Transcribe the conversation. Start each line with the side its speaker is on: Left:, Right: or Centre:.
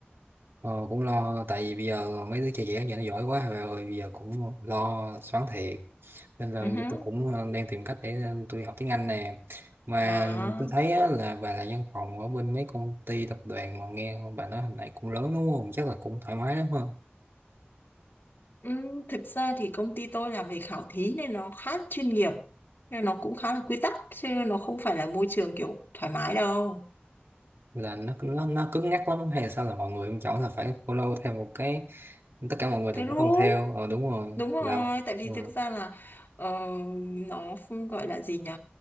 Right: Ờ, cũng lo tại vì bây giờ mấy đứa trẻ trẻ giờ nó giỏi quá bà ơi bây giờ cũng lo xoắn thiệt nên là
Left: Ừ,
Right: bây
Left: hừ.
Right: giờ tôi cũng ờ, đang tìm cách để ờ, tôi học tiếng Anh nè mà
Left: Ờ.
Right: tôi thấy á, là bà là văn phòng ở bên mấy công ty tập đoàn mà nghe bà nói hồi nãy cũng lớn đúng không chắc là cũng thoải mái lắm ha
Left: Ừ, thực ra thì công ty tôi làm về khảo thí nên nó khá chuyên nghiệp, nên nó cũng khá là quy tắc, chứ nó không phải là môi trường kiểu thoải mái đâu.
Right: là nó nó nó cứng nhắc lắm hay là sao là mọi người không chọn là phải follow theo một cái tất cả mọi người đều
Left: Thế
Right: phải
Left: đúng.
Right: tuân theo ờ đúng rồi
Left: Đúng rồi,
Right: là
Left: tại vì
Right: ờ.
Left: thực ra là ờ, nó không gọi là gì nhỉ?